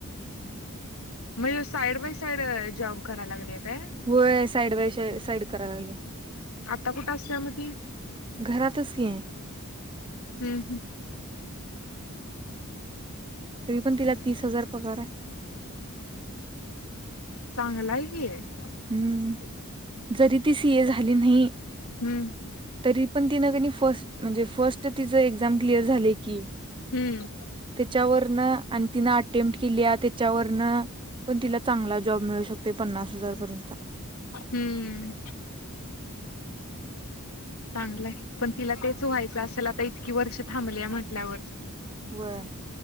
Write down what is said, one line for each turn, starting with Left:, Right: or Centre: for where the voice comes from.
Left: म्हणजे साईड बाय साईड जॉब कराय लागलीय- काय
Right: होय साईड बाय साईड करायला लागली.
Left: आता कुठं असते मग ते?
Right: घरातच की
Left: हम्म हम्म...
Right: तरी पण तिला तीस हजार पगार आहे.
Left: चांगलंय कि-
Right: हम्म जरी ती सी ए झाली नाही
Left: हम्म
Right: तरी पण तिन कणी फस्ट म्हणजे फस्ट- म्हणून तर तीच एक्झाम क्लिअर झाले की
Left: हम्म
Right: त्याच्यावर - आणि तिन अटे-मप्ट केली त्याच्यावरन पण तिला चांगला जॉब मिळू शकतो. ते पन्नास हजार पर्यंत.
Left: हम्म चांगलंय पण तिला तेच व्हायचं असेल आता इतकी वर्ष थांबली म्हटल्यावर.
Right: वर..